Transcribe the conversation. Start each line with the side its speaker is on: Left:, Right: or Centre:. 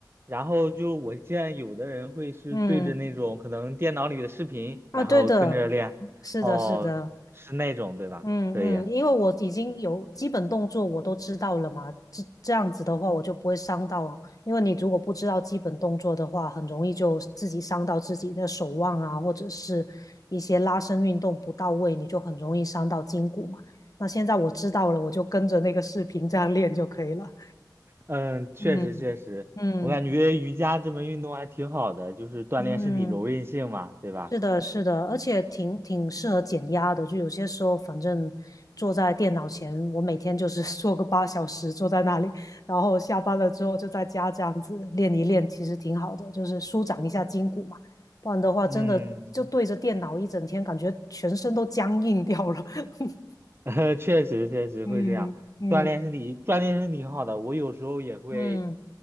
Right: 然后就我见有的人会是对着那种可能电脑里的视频，
Left: 嗯。
Right: 然后跟着练。
Left: 啊，对的，是的，
Right: 哦，
Left: 是的，
Right: 是那种对吧？
Left: 嗯嗯，
Right: 可以。
Left: 因为我已经有基本动作我都知道了嘛，这这样子的话我就不会伤到，因为你如果不知道基本动作的话，很容易就自己伤到自己的手腕啊，或者是一些拉伸运动不到位，你就很容易伤到筋骨嘛。那现在我知道了，我就跟着那个视频这样练就可以了。
Right: 嗯，确实确实，
Left: 嗯嗯
Right: 我感觉瑜伽这门运动还挺好的，就是锻炼身体柔韧性嘛，
Left: 嗯。
Right: 对吧？
Left: 是的，是的，而且挺挺适合减压的。就有些时候，反正坐在电脑前，我每天就是 <laughs> 坐个八小时，坐在那里，然后下班了之后就在家这样子练一练，其实挺好的，就是舒展一下筋骨嘛。不然的话，
Right: 嗯，
Left: 真的就对着电脑一整天，感觉全身都僵硬掉了。<laughs>
Right: <laughs> 呃确实确实会这样，
Left: 嗯嗯。
Right: 锻炼身体，锻炼身体挺好的。我有时候也会
Left: 嗯。